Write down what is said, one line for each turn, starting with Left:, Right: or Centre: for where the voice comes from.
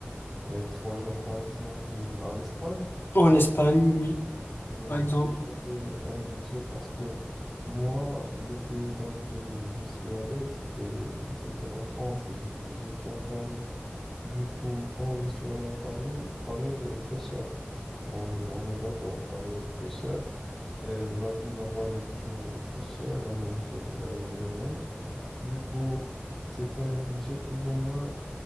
Centre: Et trois jours, par exemple, à l'Espagne.
Left: en Espagne, oui,
Centre: Oui,
Left: par exemple,
Centre: je dirais un budget parce que moi, le pays dans lequel je suis allé, c'était, c'était la France et j'étais j'étais à Paris. Du coup, quand je suis allé à Paris, Paris, elle est très chère. On, on est d'accord, Paris, elle est très chère. Et la vie là-bas, le logement, il est très cher, la nourriture, euh, de même. Du coup, c'était un budget plus ou moins.